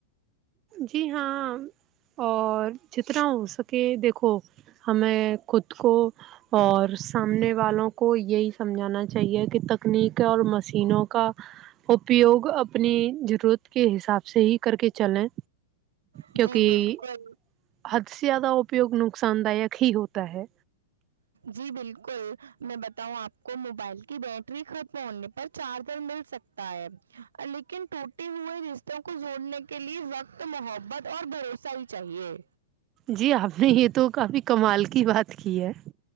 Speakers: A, on the right; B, on the right.
A: جی ہاں اور جتنا ہو سکے دیکھو ہمیں خود کو اور سامنے والوں کو یہی سمجھانا چاہیے کہ تکنیک اور مسینوں کا اپیوگ اپنی جرورت کے حساب سے ہی کر کے چلیں
B: جی
A: کیونکہ
B: بالکل
A: حد سے زیادہ اپیوگ نقصاندہ ہی ہوتا ہے
B: جی بالکل میں بتاؤں آپ کو موبائل کی بیٹری ختم ہونے پر چارجر مل سکت تانے لیکن ٹوٹے ہوئے رشتوں کو جوڑنے کے لیئے وقت تو محبت اور بھروسہ ہی چاہیے
A: جی آفے یہ تو کافی کمال کی بات کی ہے